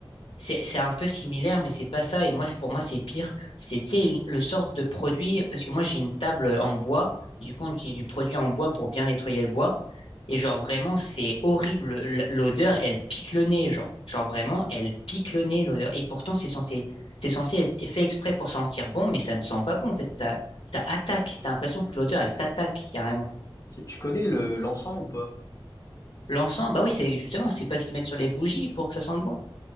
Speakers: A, on the left; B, on the left.
A: C'est c'est un peu similaire, mais c'est pas ça. Et moi, c'est- pour moi, c'est pire. C'est c'est une- le sorte de produit, parce que moi, j'ai une table en bois. Du coup, on utilise du produit en bois pour bien nettoyer le bois. Et genre, vraiment, c'est horrible. L- L'odeur, elle pique le nez, genre. Genre, vraiment, elle pique le nez, l'odeur. Et pourtant, c'est censé, c'est censé être fait exprès pour sentir bon, mais ça ne sent pas bon, en fait. Ça, ça attaque. T'as l'impression que l'odeur, elle t'attaque, carrément.
B: Tu tu connais le, l'encens ou pas?
A: L'encens, bah oui, c'est justement, c'est pas ce qu'ils mettent sur les bougies pour que ça sente bon.